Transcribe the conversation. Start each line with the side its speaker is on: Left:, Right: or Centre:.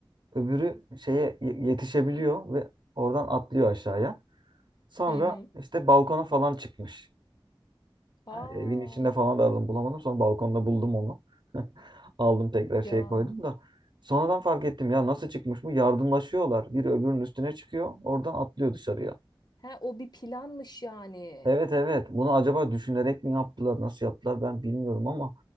Right: Öbürü şeye ye- yetişebiliyor ve oradan atlıyor aşağıya. Sonra
Left: Hı hı.
Right: işte balkona falan çıkmış.
Left: Aa.
Right: Yani evin içinde falan da aradım bulamadım. Sonra balkonda buldum onu. <laughs> Aldım tekrar şeye
Left: Ya.
Right: koydum da. Sonradan fark ettim ya nasıl çıkmış bu? Yardımlaşıyorlar. Biri öbürünün üstüne çıkıyor. Oradan atlıyor dışarıya.
Left: He o bir planmış yani.
Right: Evet evet. Bunu acaba düşünerek mi yaptılar, nasıl yaptılar ben bilmiyorum ama